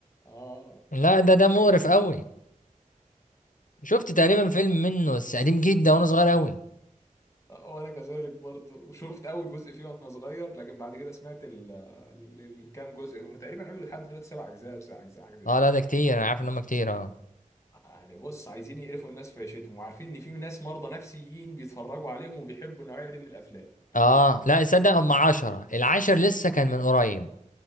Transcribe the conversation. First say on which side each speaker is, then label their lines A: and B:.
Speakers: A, on the left; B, on the left.
A: اه
B: لا ده ده مقرف قوي شفت تقريبا فيلم منه بس قديم جدا وانا صغير قوي
A: آه، وانا كذلك برضه وشفت اول جزء فيه وانا صغير لكن بعد كده سمعت ال- ال- الكام جزء هم تقريبا عملوا لحد دلوقتي سبع اجزاء او تسع اجزاء حاجه زي
B: اه
A: كده
B: لا ده كتير انا عارف ان هم كتير اه
A: يعني بص عايزين يقرفوا الناس في عيشتهم وعارفين ان في ناس مرضى نفسيين بيتفرجوا عليهم وبيحبوا النوعيه دي من الافلام
B: اه لا تصدق هم عشرة العاشر لسه كان من قريب